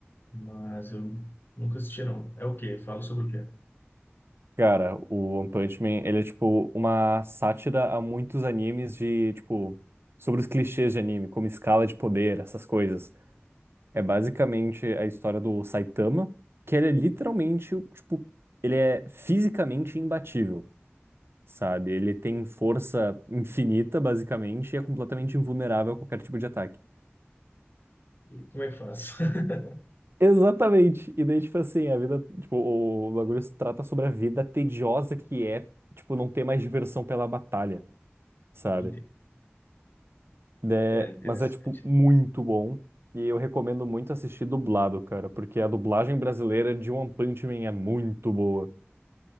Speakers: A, on the left (about 50°); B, on the right (about 60°).
A: Mas eu nunca assisti não. É o quê? Fala sobre o quê?
B: Cara, o One Punch Man, ele é tipo uma sátira a muitos animes de, tipo, sobre os clichês de anime, como escala de poder, essas coisas. É basicamente a história do Saitama, que ele é literalmente, tipo, ele é fisicamente imbatível, sabe? Ele tem força infinita, basicamente, e é completamente invulnerável a qualquer tipo de ataque.
A: E como é que faz? <laughs>
B: Exatamente. E daí, tipo assim, a vida, tipo, o, o bagulho se trata sobre a vida tediosa que é, tipo, não ter mais diversão pela batalha. sabe?
A: Ente-
B: É,
A: É interessante.
B: mas é, tipo, muito bom. E eu recomendo muito assistir dublado, cara, porque a dublagem brasileira de One Punch Man é muito boa.